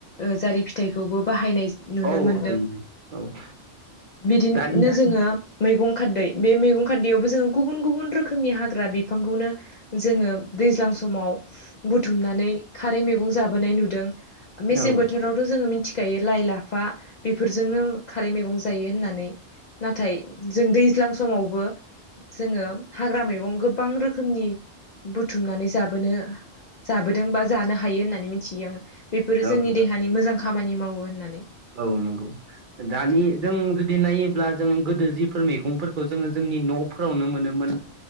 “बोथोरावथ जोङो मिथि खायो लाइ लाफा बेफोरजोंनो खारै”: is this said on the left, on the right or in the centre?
Left